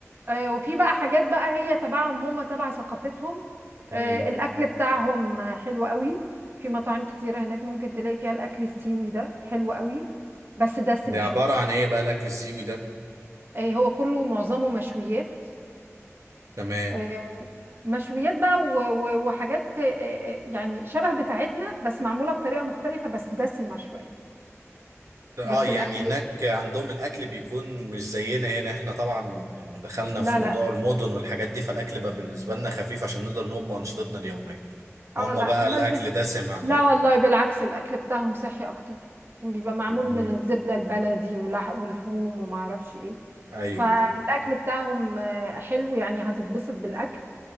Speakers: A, on the right; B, on the right.
A: آه، وفي بقى حاجات بقى هي تبعهم هم تبع ثقافتهم
B: امم
A: آه، الاكل بتاعهم آه، حلو قوي في مطاعم كتيره هناك ممكن تلاقي فيها الاكل السيوي ده حلو قوي بس دسم
B: ده
A: شويه
B: عبارة عن ايه بقى الاكل السيوي ده
A: آه، هو كله معظمه مشويات
B: تمام
A: آه، مشويات بقى و- و- وحاجات آه، آه، يعني شبه بتاعتنا بس معموله بطريقه مختلفه بس دسمه شويه
B: اه
A: بس
B: يعني
A: الاكل
B: هناك عندهم الاكل بيكون مش زينا هنا احنا طبعا دخلنا
A: لا
B: في موضوع
A: لا
B: المدن والحاجات دي فالاكل بقى بالنسبة لنا خفيف عشان نقدر نقوم بانشطتنا اليومية
A: اه
B: هما
A: لا
B: بقى
A: ما
B: الاكل دسم عندهم
A: لا والله بالعكس الاكل بتاعهم صحي اكتر يعني بيبقى معمول
B: امم
A: من الزبده البلدي ولح ولحوم وما اعرفش ايه
B: ايوه
A: فالاكل بتاعهم آه، حلو يعني هتتبسط بالاكل